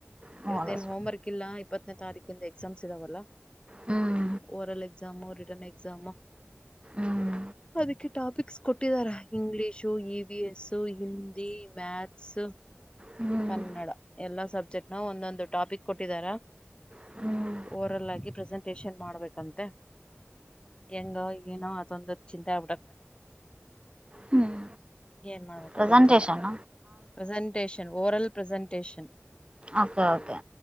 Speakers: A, on the right; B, on the left.
A: ಹ್ಮ್
B: ಇವತ್ತೇ ಏನ್ ಹೋಮ್ವರ್ಕ್ ಕಿಲ್ಲ ಇಪ್ಪತ್ತನೇ ತಾರೀಕಿಂದ ಎಕ್ಸಾಮ್ಸ್ ಇದ್ದಾವಲ್ಲ.
A: ಹ್ಮ್
B: ಓರಲ್ ಎಕ್ಸಾಮು ರಿಟರ್ನ್ ಎಕ್ಸಾಮು
A: ಹ್ಮ್
B: ಅದಕ್ಕೆ ಟಾಪಿಕ್ಸ್ ಕೊಟ್ಟಿದಾರ English E V S Hindi maths
A: ಹ್ಮ್ ಹ್ಮ್
B: ಕನ್ನಡ ಎಲ್ಲಾ ಸಬ್ಜೆಕ್ಟ್ನ ಒಂದೊಂದು ಟಾಪಿಕ್ ಕೊಟ್ಟಿದಾರ
A: ಹ್ಮ್
B: ಓರಲ್ ಆಗಿ ಪ್ರೆಸೆಂಟೇಷನ್ ಮಾಡ್ಬೇಕಂತೆ ಹೆಂಗೋ ಏನೋ ಅದೊಂದು ಚಿಂತೆ ಆಗ್ಬಿಟದ
A: ಹ್ಮ್
B: ಏನ್ ಮಾಡ್ಬೇಕೋ
A: presentation
B: ಗೊತ್ತಿಲ್ಲ presentation oral presentation
A: okay okay